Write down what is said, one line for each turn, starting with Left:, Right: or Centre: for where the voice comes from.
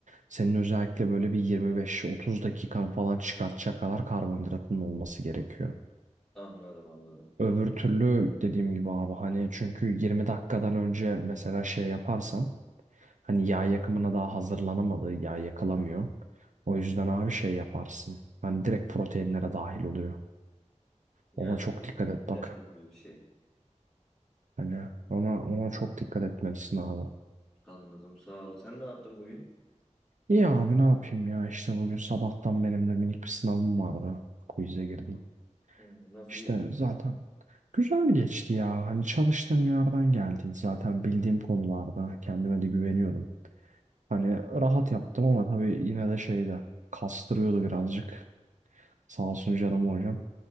Right: senin özellikle böyle bir 25-30 dakikan falan çıkartacak kadar karbonhidratın olması gerekiyor.
Centre: Anladım anladım.
Right: Öbür türlü dediğim gibi abi hani çünkü 20 dakikadan önce mesela şey yaparsan hani yağ yakımına daha hazırlanamadığı yağ yakılamıyor. O yüzden abi şey yaparsın hani direkt proteinlere dahil oluyor.
Centre: Yani
Right: Ona çok dikkat et
Centre: istemediğim
Right: bak
Centre: bir şey.
Right: hani ona, ona çok dikkat etmelisin abi.
Centre: Anladım sağ ol. Sen ne yaptın bugün?
Right: İyi abi ne yapayım ya işte bugün sabahtan benim de minik bir sınavım vardı. Quiz'e girdim.
Centre: Hmm, Nasıl
Right: İşte
Centre: geçti?
Right: zaten güzel geçti ya. Hani çalıştığım yerden geldi. Zaten bildiğim konularda kendime de güveniyordum. Hani rahat yaptım ama tabii yine de şeyde kastırıyordu birazcık. Sağ olsun canım hocam.